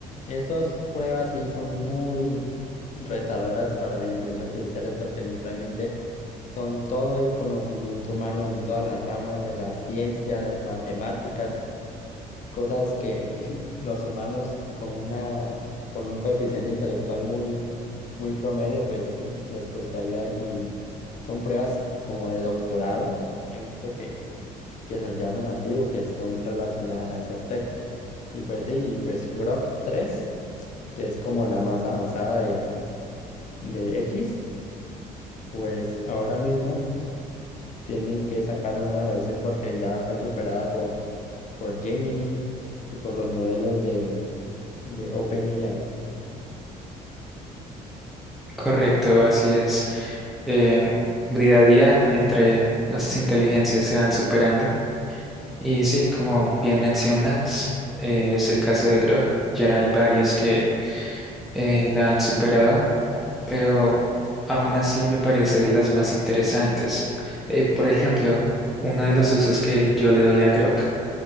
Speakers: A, on the left; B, in the centre.
A: esas pruebas sí son muy retadoras para la inteligencia artificial es porque literalmente son todo el conocimiento humano en todas las ramas de la ciencia, de matemáticas, cosas que <laughs> los humanos ah, con una, con un coeficiente intelectual muy, muy promedio, pues mm, les costaría y son pruebas como de doctorado. He visto que que las llaman así o que son relacionadas a ese aspecto. Y pues sí, y pues Grok tres que es como la más avanzada de, de X, pues ahora mismo tienen que sacar una nueva versión porque ya fue superada por, por Gemini y por los modelos de, de OpenAI.
B: Correcto, así es. Eh, día a día entre las inteligencias se van superando y sí, como bien mencionas, eh, es el caso de Grok. Ya hay varias que eh, la han superado, pero aún así me parece de las más interesantes. Eh, por ejemplo, uno de los usos que yo le doy a Grok